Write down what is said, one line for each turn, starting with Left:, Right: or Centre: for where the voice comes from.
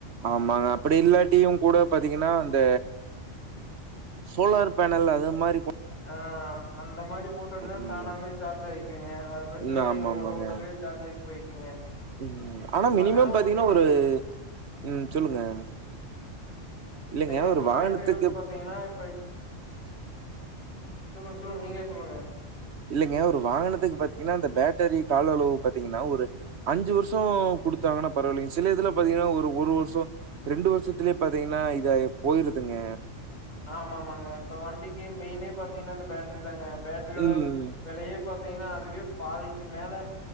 Right: ஆமாங்க அப்பிடியில்லாட்டியு கூட பாத்தீங்கன்னா அந்த சோலார் பேனல் அது மாரி கொ
Left: ஆ அந்த மாரி போட்டுட்னா
Right: ம்.
Left: தானாவே சார்ஜ் ஆய்க்குங்க அது பிரஸ்சன
Right: ம்.
Left: இல்லைங்க
Right: ஆமாமாங்க.
Left: ஓட்ட ஓட்டவே சார்ஜ் ஆய்ட்டு போய்க்குங்க
Right: ம் ஆனா மினிமம்
Left: அது இல்லாம
Right: பாத்தீங்ன்னா
Left: பாத்தீங்கன்னா
Right: ஒரு
Left: இந்த
Right: ம் சொல்லுங்க இல்லங்க
Left: இந்த இ எம்
Right: ஒரு
Left: டூ
Right: வாகனத்துக்கு
Left: பேட்ரி வந்து பாத்தீங்கன்னா இப்ப சொல்லுங் சொல்லுங்க நீங்ளே சொல்லுங்க
Right: இல்லங்க ஒரு வாகனத்துக்கு பாத்தீங்கன்னா அந்த பேட்டரி கால அளவு பாத்தீங்கன்னா ஒரு அஞ்சு வர்ஷோ குடுத்தாங்கன்னா பரவால்லிங்க சில இதுல பாத்தீங்கனா ஒரு ஒரு வர்ஷோ ரெண்டு வர்ஷத்துலே பாத்தீங்கன்னா இதாயி போயிருதுங்க
Left: ஆமா ஆமாங்க இப்ப வண்டிக்கு மெய்னே பாத்தீங்னா அந்த பேட்ரி தாங்க பேட்ரியோட
Right: ம்.
Left: வெலையே பாத் தீங்ன்னா அதுவே பாதிக்கு மேல